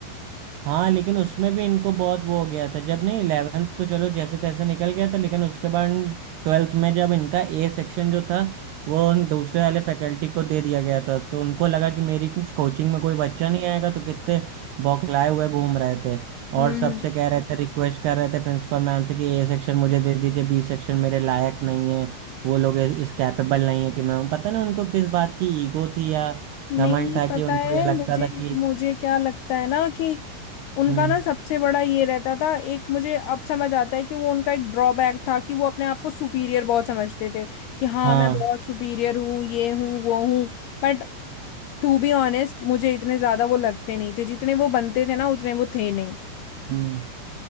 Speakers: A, on the right; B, on the left.
A: हाँ लेकिन उसमें भी इनको बहुत वो हो गया था जब नहीं इलेवेंथ तो चलो जैसे तैसे निकल गया था लेकिन उसके बाद ट्वेल्थ में जब इनका ए सेक्शन जो था वो उन दूसरे वाले फैकल्टी को दे दिया गया था तो उनको लगा कि मेरी कोचिंग में कोई बच्चा नहीं आएगा तो कितने बौखलाए हुए घूम रहे थे
B: हम्म
A: और सबसे कह रहे थे रिक्वेस्ट कर रहे थे प्रिंसिपल मैम से कि ए सेक्शन मुझे दे दीजिए बी सेक्शन मेरे लायक नहीं है वो लोग इस कैपेबल नहीं है कि मैं पता नहीं उनको किस बात की ईगो थी या घमंड
B: नहीं
A: था
B: पता
A: कि उनको
B: है
A: ये लगता
B: मुझे
A: था कि
B: मुझे क्या लगता है ना कि उनका
A: हम्म
B: ना सबसे बड़ा ये रहता था एक मुझे अब समझ आता है कि वो उनका एक ड्रॉबैक था कि वो अपने आप को सुपीरियर बहुत समझते थे कि हाँ
A: हाँ
B: मैं बहुत सुपीरियर हूँ ये हूँ वो हूँ बट टू बी ऑनेस्ट मुझे इतने ज्यादा वो लगते नहीं थे जितने वो बनते थे ना उतने वो थे नहीं
A: हम्म